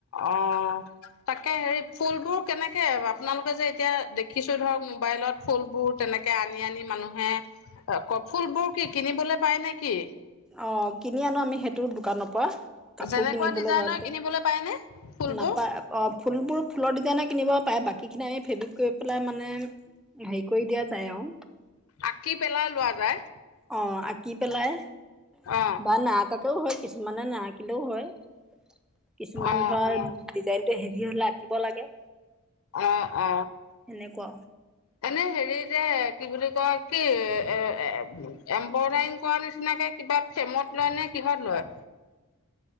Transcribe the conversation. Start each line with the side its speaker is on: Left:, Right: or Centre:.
Left: অ। তাকে হেৰি ফুলবোৰ কেনেকে আপোনালোকে যে এতিয়া দেখিছো ধৰক মোবাইলত ফুলবোৰ তেনেকে আনি আনি মানুহে ক ফুলবোৰ কি কিনিবলে পায় নেকি
Centre: অ কিনি আনো আমি সেইটো দোকানৰ পৰা কাপোৰ
Left: যেনেকুৱা
Centre: কিনিবলৈ
Left: ডিজাইনৰ
Centre: যাওঁতে
Left: কিনিবলৈ পায়নে ফুলবোৰ
Centre: নাপায় অ ফুলবোৰ ফুলৰ ডিজাইনে কিনিব পাৰে বাকীখিনি আমি ফেব্ৰিক কৰি পেলাই মানে হেৰি কৰি দিয়া যায় আৰু
Left: আঁকি পেলাই লোৱা যায়
Centre: অ আঁকি পেলাই
Left: অ',
Centre: বাৰ ন আকা কে হয় কিছুমানে নাহাকিলেও হয় কিছুমান
Left: অ',
Centre: ধৰা
Left: অ',
Centre: ডিজাইনটো হেভি হল থাকিব লাগে
Left: অ অ
Centre: সেনেকুৱা
Left: এনে হেৰি হেৰি যে কি বুলি কয় কি এ এম্ব্ৰইডাৰিং কৰা নিচিনাকে কিবা ফেমত লয় নে কিহত লয়